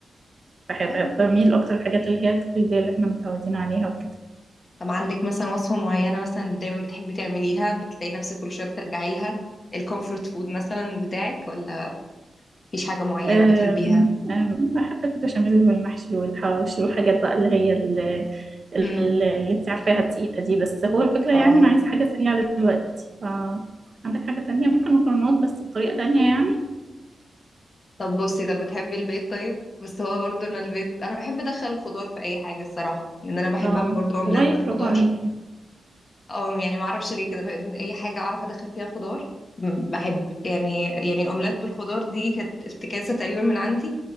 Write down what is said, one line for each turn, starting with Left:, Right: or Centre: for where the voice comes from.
Right: بحب
Left: طيب
Right: بميل اكتر الحاجات اللي هي التقليديه اللي احنا متعودين عليها وكده
Left: طب عندك مثلا وصفة معينة مثلا دايما بتحبي تعمليها بتلاقي نفسك كل شوية بترجعي لها الكومفورت فود مثلا بتاعك ولا مفيش حاجة معينة
Right: أم-
Left: بتحبيها
Right: أم، بحب البشاميل والمحشي والحواوشي والحاجات بقى اللي هي ال- ال-
Left: امم
Right: اللي انت عارفاها التقيلة دي بس هو الفكرة
Left: اه
Right: يعني انا عايزة حاجة سريعة دلوقتي ف عندك حاجة تانية ممكن مكرونات بس بطريقة تانية يعني
Left: طب بصي طب بتحبي البيض طيب بس هو برضو انا البيض انا بحب ادخل الخضار في اي حاجة الصراحة لان انا بحب
Right: اه
Left: اعمل برضو اومليت
Right: والله
Left: بالخضار
Right: برافو عليكي
Left: اه يعني ما اعرفش ليه كده بقى- اي حاجه اعرف ادخل فيها خضار م- بحب يعني يعني اومليت بالخضار دي كانت افتكاسه تقريبا من عندي